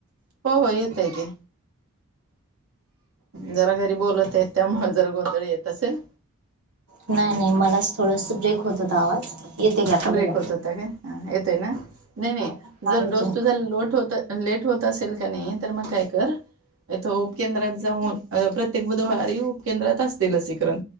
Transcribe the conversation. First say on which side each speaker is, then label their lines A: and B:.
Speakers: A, on the right (about 65°); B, on the right (about 85°).
A: हो हो येतंय की. जरा घरी बोलत आहेत त्यामुळं जरा गोंधळ येत असेल.
B: नाही नाही मलाच थोडंस ब्रेक होत होता आवाज. येते की आता
A: ब्रेक
B: बोला.
A: होत होता काय? हां येतोय ना? नाही नाही
B: हा
A: जर
B: येतोय.
A: डोस तुझा लोट होत लेट होत असेल की नाही तर मग काय कर इथं उपकेंद्रात जाऊन अ प्रत्येक बुधवारी उपकेंद्रात असते लसीकरण